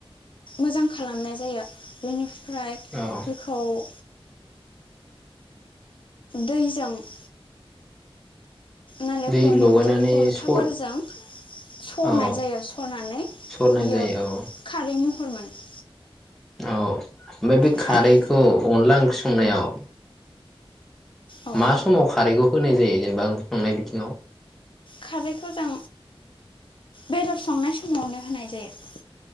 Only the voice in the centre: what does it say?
औ
दै लगायनानै
सर
औ
सरनाय
जायो औ
औ ओमफ्राय बे
खारैखौ अनला ओंख्रि संनायाव।
मा समाव खारैखौ होनाय जायो जेनेबा ओंख्रि संनाय बिथिङाव?